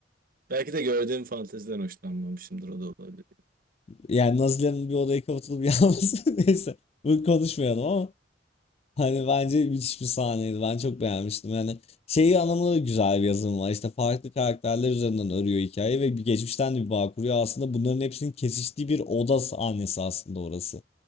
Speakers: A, on the right (about 50°); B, on the left (about 35°).
A: belki de gördüğüm fanteziden hoşlanmamışımdır o da olabilir.
B: Yani Nazilerin bir odaya kapatılıp yalnız <laughs> neyse bunu konuşmayalım ama hani bence müthiş bir sahneydi. Ben çok beğenmiştim. Yani şeyi anlamında da güzel bir yazım var. İşte farklı karakterler üzerinden örüyor hikayeyi ve bir geçmişten de bir bağ kuruyor. Aslında bunların hepsinin kesiştiği bir oda sahnesi aslında orası.